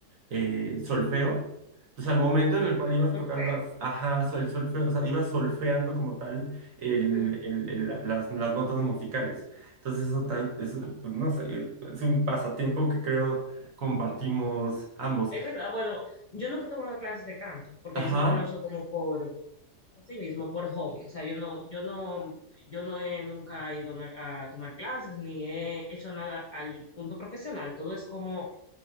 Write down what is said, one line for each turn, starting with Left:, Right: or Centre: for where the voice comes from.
Right: eh, solfeo. Entonces, al momento en el cual ibas
Left: solfeo.
Right: tocando las, ajá, el solfeo, o sea, ibas solfeando como tal el,
Left: Ujú.
Right: el- el- la- las, las notas musicales. Entonces, eso también es, un- pues, no sé, es un pasatiempo que creo compartimos ambos.
Left: Es verdad, bueno, yo nunca he tomado clases de canto, porque
Right: Ajá,
Left: yo siempre lo he hecho como por sí mismo, por hobby. O sea, yo no, yo no, yo no he nunca ido a una- a tomar clases, ni he hecho nada al punto profesional. Todo es como